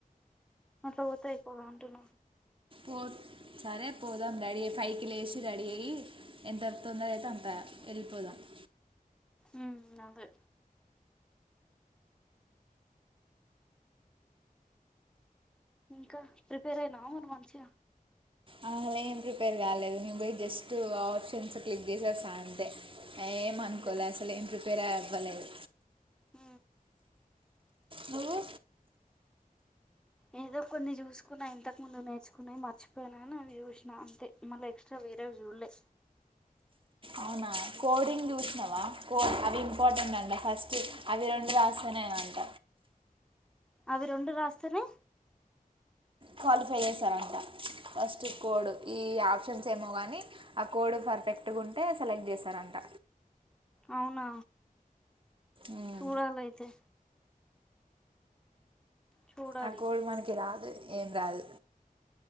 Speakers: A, in the centre; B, on the right (about 35°).
A: అట్ల పొతె ఎక్కువ అంటున్న
B: వాట్ సరే పోదాం రెడీ అయి పైకి లేచి రెడీ అయ్యి ఎంత తొందరగా అయితే అంత వేళ్ళిపొదాం <inaudible>
A: ఊ అదె ఇంకా ప్రిపేర్ అయినావ మరి మంచిగా
B: ఆ ఏం ప్రిపేర్ కాలేదు నేన్ పొయ్ జస్టూ ఆప్షన్సు క్లిక్ చేసి వొస్త అంతె ఏం అనుకోలే
A: అంతే
B: అసలు ఏం ప్రిపేరె అవ్వలేదు
A: ఊ
B: నువ్వు
A: ఏదొ కొన్ని చూసుకున్న ఇంతక్ ముందు నేర్చుకున్నయి మర్చిపొయినానవి చూసిన అంతె మళ్ళీ ఎక్స్ట్రా వేరేవి చూడలే
B: అవునా కోడింగ్ చూసినవా కో అవి ఇంపార్టెంట్ అంటా ఫస్ట్ అవి రెండు రాస్తెనేనంట
A: అవి రొండు రాస్తెనే
B: క్వాలిఫై చేశారంట ఫస్ట్ కోడు కీ ఆప్షన్స్ ఏమో కానీ ఆ కోడు పర్ఫెక్ట్ గుంటే సెలెక్ట్ చేస్తారంట
A: అవునా
B: మ్మ్.
A: చూడాలయితే చూడాలి
B: ఆ కోడు మనకి రాదు ఏం రాదు